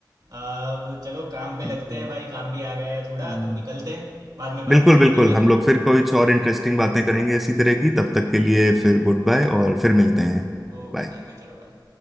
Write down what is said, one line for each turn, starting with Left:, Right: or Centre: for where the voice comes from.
Right: अब चलो काम पे लगते
Centre: हम्म,
Right: हैं भाई काम भी आ गया है थोड़ा
Centre: हम्म।
Right: तो निकलते हैं बाद में बात
Centre: बिल्कुल
Right: करते
Centre: बिल्कुल
Right: हैं ठीक है
Centre: हम लोग फिर कुछ और इंटरेस्टिंग बातें करेंगे इसी तरह की
Right: Okay,
Centre: तब तक
Right: okay,
Centre: के लिए फिर गुड बाय और फिर
Right: okay,
Centre: मिलते हैं
Right: okay
Centre: Bye.
Right: thank you चलो बाय।